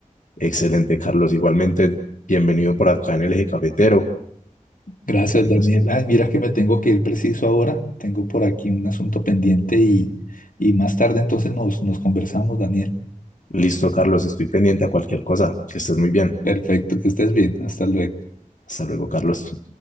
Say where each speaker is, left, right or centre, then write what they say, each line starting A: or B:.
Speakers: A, on the left; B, on the left.
A: Excelente, Carlos. Igualmente, bienvenido por acá en el eje cafetero.
B: Gracias,
A: Ay,
B: Daniel.
A: no sé.
B: Ay, mira que me tengo que ir preciso ahora. Tengo por aquí un asunto pendiente y, y más tarde entonces nos, nos conversamos, Daniel.
A: Listo, Carlos, estoy pendiente a cualquier cosa. Que estés muy bien.
B: Perfecto, que estés bien. Hasta luego.
A: Hasta luego, Carlos.